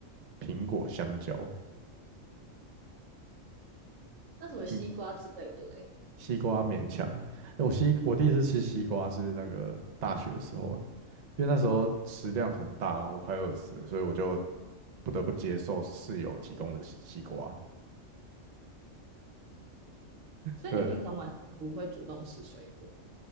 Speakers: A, on the right (about 50°); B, on the right (about 70°).
A: 苹果、香蕉，
B: 那什么西瓜之类的嘞？
A: 嗯，西瓜勉强。哎，我西我第一次吃西瓜是那个大学的时候，因为那时候食量很大，
B: 哦，
A: 然后快饿死了，所以我就不得不接受室友提供的西瓜。
B: 所以你平常完全不会主动吃水果，
A: 对，